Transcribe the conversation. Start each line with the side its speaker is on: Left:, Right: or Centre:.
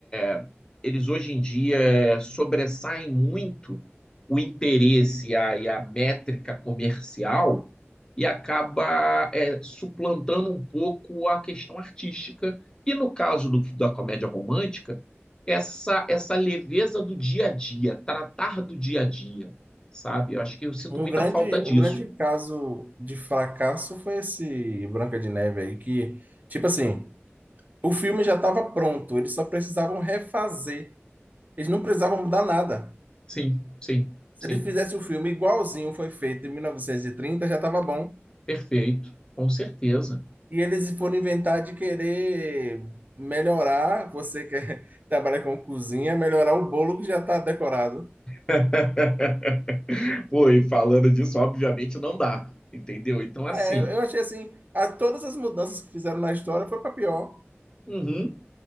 Left: é, eles hoje em dia é, sobressaem muito o interesse e a, e a métrica comercial e acaba é, suplantando um pouco a questão artística. E no caso do- da comédia romântica, essa, essa leveza do dia a dia, tratar do dia a dia, sabe? Eu acho que eu sinto
Right: O
Left: muita
Right: grande,
Left: falta disso.
Right: o grande caso de fracasso foi esse Branca de Neve aí, que, tipo assim, o filme já estava pronto, eles só precisavam refazer, eles não precisavam mudar nada.
Left: Sim, sim,
Right: Se
Left: sim.
Right: eles fizessem o filme igualzinho foi feito em 1930, já estava bom.
Left: Perfeito, com certeza.
Right: E eles foram inventar de querer melhorar, você que <laughs> trabalha com cozinha, melhorar o bolo que já está decorado.
Left: <laughs> Pô, e falando disso, obviamente não dá, entendeu? Então, assim,
Right: É, eu eu achei assim, a, todas as mudanças que fizeram na história foi para pior.
Left: uhum,